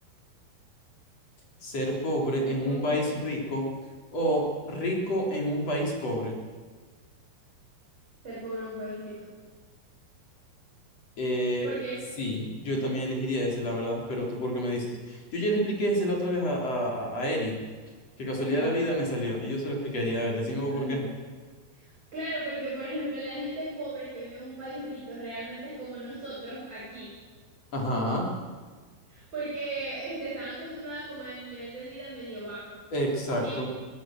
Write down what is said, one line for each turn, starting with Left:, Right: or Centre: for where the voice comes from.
Left: ¿Ser pobre
Right: Ser
Left: en
Right: pobre.
Left: un país rico o rico en un país pobre?
Right: Ser pobre en un país rico.
Left: Eh,
Right: Porque,
Left: sí, yo también elegiría ese, la verdad, pero tú por qué me dices. Yo ya le expliqué ese la otra vez a, a, a a Eri. Qué casualidad
Right: ajá,
Left: de la vida me salió. Y yo se lo explicaría. A ver, decime vos
Right: ajá.
Left: por qué.
Right: Claro, porque por ejemplo, la gente pobre que vive en un país rico realmente es como nosotros aquí.
Left: Ajá,
Right: Porque este, están acostumbrados como al nivel de vida medio bajo.
Left: exacto.
Right: En,